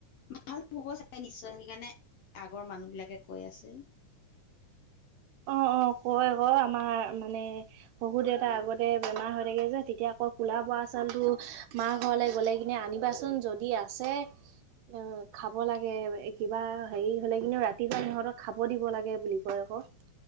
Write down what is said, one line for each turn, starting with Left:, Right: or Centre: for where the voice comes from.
Left: ভাল হব চাগে নিশ্চয় সেইকাৰণে আগৰ মানুহ বিলাকে কৈ আছে।
Right: অ', অ', কয় কয় আমাৰ মানে শহু দেউতাৰ আগতে বেমাৰ হৈ থাকে যে তেতিয়া আকৌ কোলা বৰা চালতটো মা ঘৰলৈ গ'লে কিনে আনিবাচোন যদি আছে। অ', খাব লাগে কিবা হেৰি হলে কিন্তু ৰাতি ৰাতিবা ইহঁতক খাব দিব লাগে বুলি কয় আকৌ।